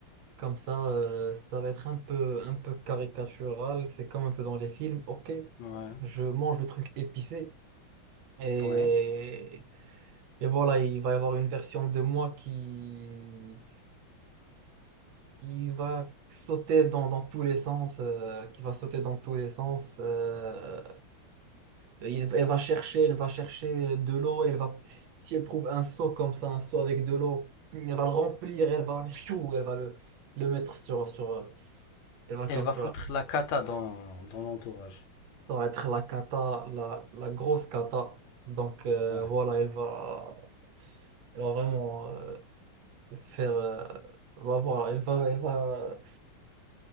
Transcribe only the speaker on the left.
Ouais,
ouais.
Elle
va
foutre la cata dans, dans l'entourage.
Ouais.